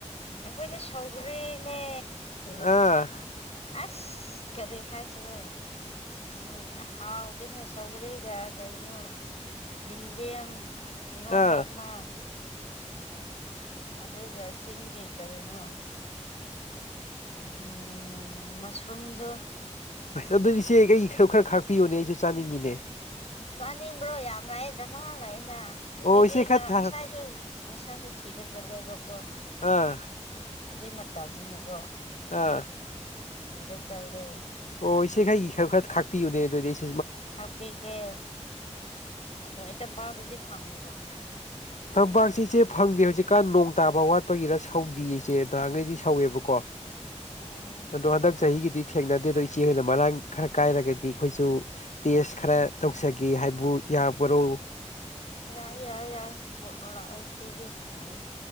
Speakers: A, on the left; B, on the left.
A: ꯑꯩꯈꯣꯏꯗꯤ ꯁꯧꯒ꯭ꯔꯤꯅꯦ
B: ꯑꯥ
A: ꯑꯁ ꯀꯔꯤ ꯍꯥꯏꯁꯤꯔꯣ ꯎꯝ ꯑ ꯍꯥꯎ ꯑꯗꯨꯅꯦ ꯁꯧꯒꯔꯤꯒ ꯀꯅꯣ ꯌꯦꯟꯗꯦꯝ ꯏꯔꯣꯝꯕ
B: ꯑꯥ
A: ꯑꯃ ꯑꯗꯨꯒ ꯆꯤꯡꯒꯤ ꯀꯔꯤꯅꯣ ꯎꯝ ꯃꯁꯔꯨꯝꯗꯨ
B: ꯑꯗꯨꯗꯤ ꯏꯆꯦ ꯑꯩꯒꯤ ꯁꯔꯨꯛ ꯈꯔ ꯈꯥꯛꯄꯤꯌꯨꯅꯦ ꯑꯩꯁꯨ ꯆꯥꯅꯤꯡꯉꯤꯅꯦ
A: ꯆꯥꯅꯤꯡꯕ꯭ꯔꯣ ꯌꯥꯝ ꯂꯩ ꯗꯃꯥ ꯂꯩꯅ ꯑꯩꯈꯣꯏꯗꯤ
B: ꯑꯣ ꯏꯆꯦ ꯈꯔ
A: ꯉꯔꯥꯡ
B: ꯊꯥꯔꯛ
A: ꯉꯁꯥꯏꯁꯨ ꯉꯁꯥꯏꯁꯨ ꯊꯤꯕ ꯆꯠꯂꯦꯕꯀꯣ
B: ꯑꯥ
A: ꯍꯧꯖꯤꯛ ꯃꯇꯝꯅꯤꯅꯀꯣ
B: ꯑꯥ
A: ꯊꯕ ꯆꯜꯂꯦ
B: ꯑꯣ ꯏꯆꯦ ꯈꯥꯏꯒꯤ ꯈꯔ ꯈꯔ ꯈꯥꯛꯄꯤꯌꯨꯅꯦ ꯑꯗꯨꯏꯗꯤ ꯑꯩ
A: ꯈꯥꯛꯄꯤꯒꯦ ꯅꯣꯏ ꯇꯄꯥꯥꯗꯨꯗꯤ ꯐꯪꯗ꯭ꯔꯣ
B: <unintelligible> ꯇꯝꯄꯥꯛꯁꯤ ꯏꯆꯦ ꯐꯪꯗꯦ ꯍꯧꯖꯤꯛꯀꯥꯟ ꯅꯣꯡ ꯇꯥꯕ ꯋꯥꯠꯄꯒꯤꯔ ꯁꯧꯗꯌꯦ ꯏꯆꯦ ꯅꯍꯥꯟꯈꯩꯗꯤ ꯁꯧꯋꯦꯕꯀꯣ
A: ꯎꯝ
B: ꯗꯍꯥꯟ ꯇꯛ ꯆꯍꯤꯍꯤꯒꯤꯤ ꯊꯦꯡꯅꯗꯦ ꯑꯗꯣ ꯏꯆꯦ ꯍꯣꯏꯅ ꯃꯔꯥꯡ ꯈꯔ ꯀꯥꯏꯔꯒꯗꯤ ꯑꯩꯈꯣꯏꯁꯨ ꯇꯦꯁ ꯈꯔ ꯇꯧꯖꯒꯦ ꯍꯥꯏꯕꯨ ꯌꯥꯕꯔꯣ
A: ꯌꯥꯏ ꯌꯥꯏ ꯌꯥꯏ ꯣꯠꯣ ꯂꯥꯛꯑꯣ ꯄꯤꯒꯦ ꯂꯥꯛꯑꯏ